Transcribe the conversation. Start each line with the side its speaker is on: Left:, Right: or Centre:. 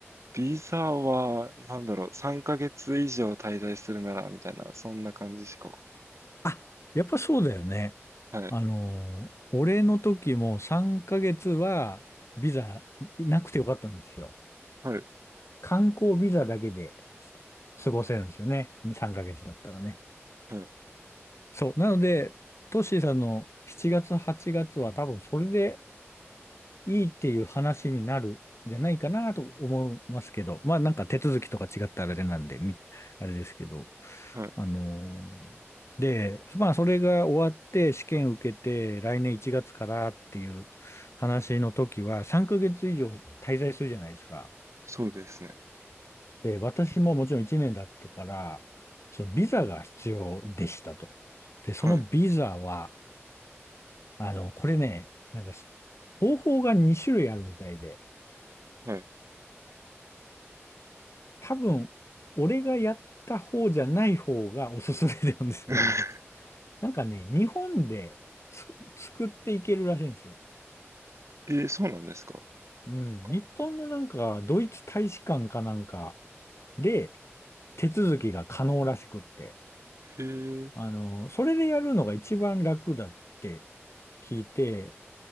Right: ビザは、なんだろう、3ヶ月以上滞在するなら、みたいな、そんな感じしか。
Left: あ、やっぱそうだよね。
Right: はい。
Left: あの俺の時も3ヶ月はビザなくてよかったんですよ。
Right: はい。
Left: 観光ビザだけで過ごせるんですよね。3ヶ月だったらね。
Right: はい。
Left: そう。なので、トッシーさんの7月、8月は多分それでいいっていう話になるんじゃないかなと思いますけど、まあなんか手続きとか違ったらあれなんで、みあれですけど、
Right: はい。
Left: あのー、で、まあそれが終わって試験受けて来年1月からっていう話の時は3ヶ月以上滞在するじゃないですか。
Right: そうですね。
Left: で、私ももちろん1年だったから、そのビザが必要でしたと。で、そのビザは、
Right: はい。
Left: あの、これね、なんかし方法が2種類あるみたいで、
Right: はい。
Left: 多分、俺がやった方じゃない方がおすすめなんですけど。
Right: <laughs>
Left: なんかね、日本でつ作っていけるらしいんですよ。
Right: えー、そうなんですか
Left: うん。
Right: かあ
Left: 日本のなんか、ドイツ大使館かなんかで、手続きが可能らしくって。
Right: へえ、
Left: あの、それでやるのが一番楽だって聞いて、